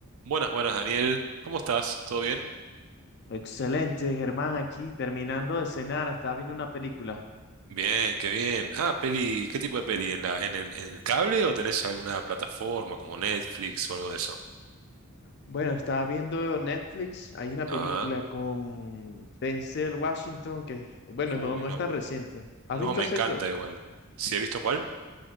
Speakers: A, on the right; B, on the left.
A: Buenas, buenas, Daniel. ¿Cómo estás? ¿Todo bien?
B: Excelente, Germán, aquí terminando de cenar, estaba viendo una película.
A: Bien, qué bien. Ah, peli, ¿qué tipo de peli? ¿En la, en el, en el cable o tenés alguna plataforma como Netflix o algo de eso?
B: Bueno, estaba viendo Netflix, hay una
A: Ah,
B: película con Denzel Washington que, bueno,
A: uy,
B: no, no
A: no.
B: es tan reciente. ¿Has
A: No,
B: visto
A: me
B: ese
A: encanta
B: actor?
A: igual. ¿Sí he visto cuál?